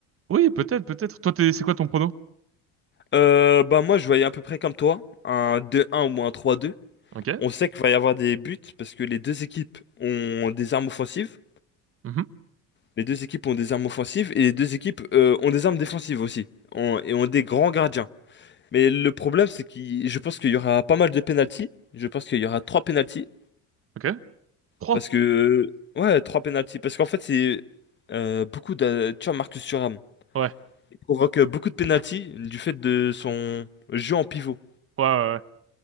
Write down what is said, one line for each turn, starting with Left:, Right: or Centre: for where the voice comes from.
Right: Oui, peut-être, peut-être. Toi, t'es, c'est quoi ton prono?
Left: Euh, bah moi je voyais à peu près comme toi, un deux un ou un trois deux
Right: Ok.
Left: On sait qu'il va y avoir des buts parce que les deux équipes ont des armes offensives,
Right: Mhm.
Left: les deux équipes ont des armes offensives et les deux équipes euh, ont des armes défensives aussi ont- et ont des grands gardiens. Mais le problème c'est que je pense qu'il y aura pas mal de pénaltys. Je pense qu'il y aura trois pénaltys
Right: Ok. Trois.
Left: parce que ouais trois pénaltys parce qu'en fait c'est euh, beaucoup de tu vois Marcus Thuram
Right: Ouais.
Left: il provoque euh, beaucoup de pénaltys du fait de son jeu en pivot.
Right: Ouais, ouais, ouais.